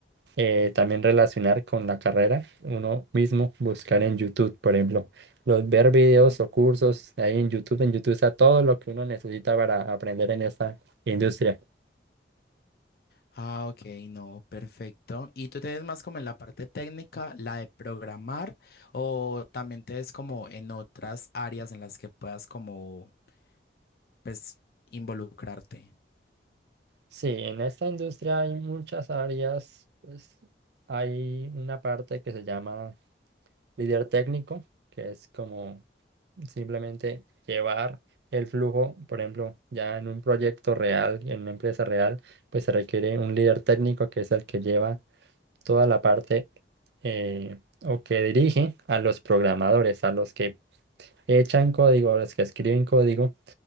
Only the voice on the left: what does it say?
Ah, ok, no, perfecto. ¿Y tú te ves más como en la parte técnica, la de programar, o también te ves como en otras áreas en las que puedas como pues, involucrarte.